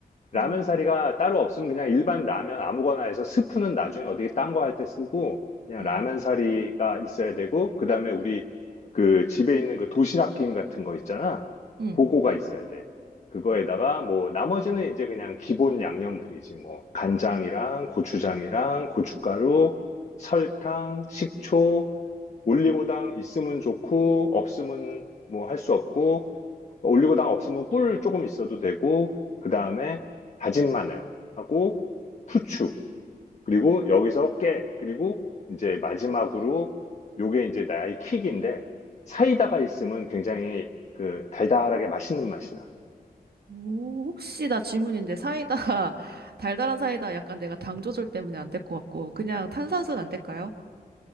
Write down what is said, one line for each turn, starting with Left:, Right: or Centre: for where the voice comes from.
Left: 라면
Right: 음,
Left: 사리가 따로 없으면 그냥 일반 라면 아무거나 해서 스프는 나중에 어디 딴 거 할 때 쓰고 그냥
Right: 음,
Left: 라면 사리가 있어야 되고 그다음에 우리 그 집에 있는 그 도시락 김 같은 거 있잖아.
Right: 음.
Left: 그거가 있어야 돼. 그거에다가 뭐 나머지는 이제 그냥 기본 양념들이지 뭐 간장이랑 고추장이랑 고춧가루, 설탕, 식초, 올리고당 있으면 좋고 없으면 뭐 할 수 없고 올리고당 없으면 꿀 조금 있어도 되고, 그 다음에 다진 마늘하고 후추, 그리고 여기서 깨, 그리고 이제 마지막으로 요게 이제 나의 킥인데, 사이다가 있으면 굉장히 그 달달하게 맛있는 맛이 나.
Right: 오, 혹시 나 질문인데 사이다, <laughs> 달달한 사이다 약간 내가 당 조절 때문에 안될 것 같고, 그냥 탄산수는 안 될까요?